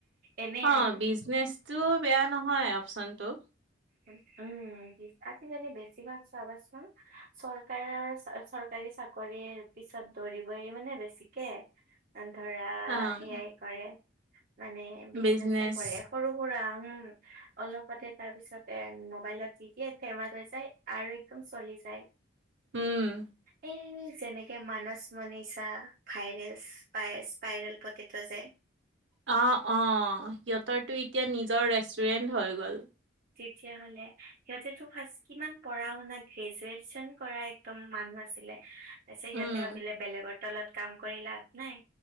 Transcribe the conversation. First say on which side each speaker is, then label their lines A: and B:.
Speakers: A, on the right; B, on the right.
A: এনে
B: অ'
A: আৰু।
B: বিজনেচ টো বেয়া নহয় অপচন টো।
A: উম উম' বিশ্বাসি মানে বেছিভাগ চাবচোন। চৰকাৰৰ চৰকাৰী চাকৰিৰ পিছত দৌৰিব এৰি মানে বেছিকে, ধৰা,
B: অ',
A: সেয়াই কৰে। মানে বিজনেচে
B: বিজনেচ
A: কৰে‌ সৰু সুৰা উম। অলপতে তাৰ পিছতে মোবাইলত দি দিয়ে ফেমাচ হৈ যায় আৰু একদম চলি যায়।
B: উম।
A: এই যেনেক এতিকয়া মানচ মনিচা ভাইৰেল স্পাই স্পাইৰেল পতেতো যে
B: অ' অ' সিহঁতৰটো এতিয়া নিজৰ ৰেষ্টুৰেন্ট হৈ গ'ল।
A: তেতিয়া হ'লে সিহঁতেটো ফাৰ্ষ্ট কিমান পঢ়া শুনা গ্ৰেজুৱেচন- কৰা একদম মানুহ আছিলে তাপিছত
B: উম,
A: ইহঁতে ভাবিলে বেলেগৰ তলত কাম কৰি লাভ নাই